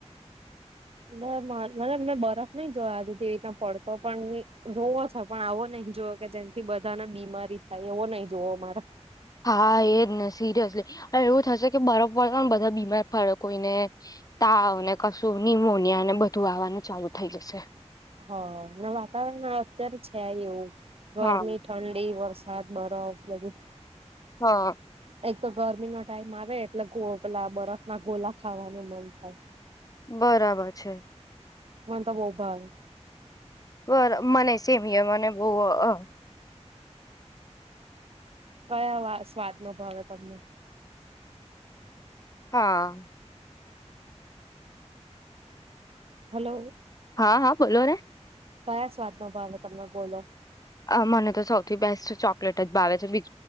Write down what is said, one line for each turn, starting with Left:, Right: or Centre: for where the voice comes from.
Right: મતબ મેં બરફ નહી જોયો આજુથી રીતના પડતો પણ જોવો છે પણ આવો નહી જોયો કે જેથી બધાને બીમારી થાય એવો નહી જોવો મારે
Left: હા એજ ને સિરિયસલી એવું થશે કે બરફર પણ બધા બીમાર ફડે કોઈને તાવને કશું નિમોનિયા ને બધું આવવાનું ચાલુ થઈ જશે
Right: હ હમણાં વાતાવરણ અત્યારે છે એવું ગરમી
Left: હા
Right: ઠંડી વરસા સાડ બરફ બધું
Left: હા
Right: એક તો ગરમીનો ટાઈમ આવે એટલે ગો પેલા બરફ ના ગોલા ખાવાનું મન થાય.
Left: બરાબર છે
Right: મનતો બો ભાવે
Left: બર મનેય સેમ હિઅર મને બહુ અ
Right: કયા વા સ્વાત ન ભાવે તમને.
Left: હા.
Right: હલો.
Left: હા હા બોલોને.
Right: કયા સ્વાદનો ભાવ તમને? બોલો.
Left: અ મને તો સૌથી બેસ્ટ ચોકલેટ જ ભાવે છે બી